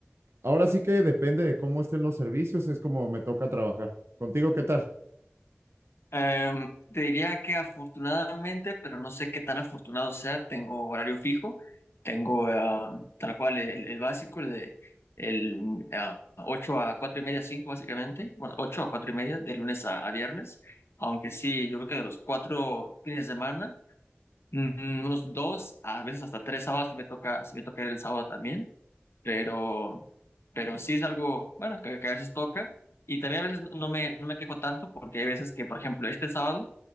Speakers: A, on the right; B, on the left.
A: Ahora sí que depende de cómo estén los servicios, es como me toca trabajar. ¿Contigo qué tal?
B: Em, te diría que afortunadamente, pero no sé qué tan afortunado sea, tengo horario fijo, tengo em, tal cual el, el básico, el de el, eh, 8 a 4 y media, 5 básicamente, bueno, 8 a 4 y media de lunes a, a viernes, aunque sí, yo creo que de los cuatro fines de semana. Mm, Unos dos, a veces hasta tres sábados, si me toca, si me toca ir el sábado también, pero, pero sí es algo, bueno, que, que a veces toca, y también a veces no me, no me quejo tanto, porque hay veces que, por ejemplo, este sábado,